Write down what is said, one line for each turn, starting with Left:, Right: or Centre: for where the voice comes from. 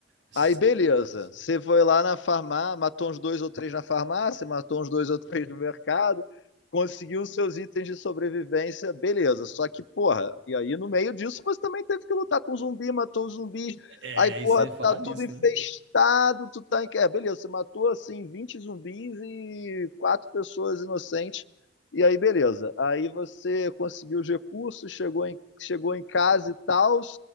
Right: essas
Left: Aí beleza,
Right: coisas assim.
Left: você foi lá na farmácia, matou uns dois ou três na farmácia, matou uns dois ou três no mercado, conseguiu os seus itens de sobrevivência, beleza. Só que, porra, e aí no meio disso você também teve que lutar com zumbi, matou os zumbis,
Right: É,
Left: aí, porra,
Right: e sem falar
Left: tá
Right: nisso,
Left: tudo infestado,
Right: né?
Left: tu tá em... É, beleza, você matou, assim, 20 zumbis e quatro pessoas inocentes, e aí beleza. Aí você conseguiu os recursos, chegou em, chegou em casa e tal,